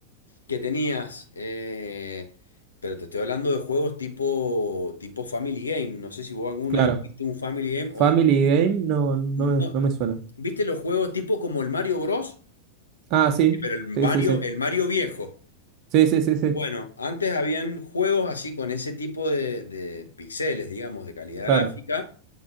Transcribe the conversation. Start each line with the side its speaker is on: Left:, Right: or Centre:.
Left: que tenías, eh, pero te estoy hablando de juegos tipo, tipo Family Game. No sé si vos alguna
Right: Claro.
Left: vez viste un Family Game
Right: Family
Left: o... el-
Right: Game no, no,
Left: No,
Right: me- no me suena.
Left: ¿viste los juegos tipo como el Mario Bros?
Right: Ah, sí,
Left: Eh, Pero el Mario,
Right: sí, sí, sí,
Left: el Mario viejo.
Right: sí, sí, sí, sí,
Left: Bueno, antes habían juegos así con ese tipo de, de píxeles, digamos, de calidad
Right: claro.
Left: gráfica